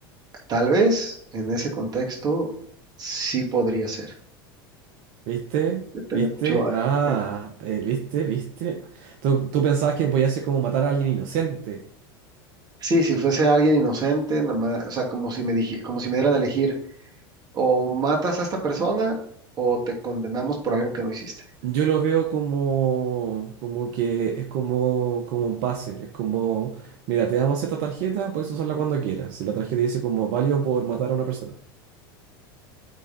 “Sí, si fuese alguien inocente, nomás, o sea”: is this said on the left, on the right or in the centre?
Right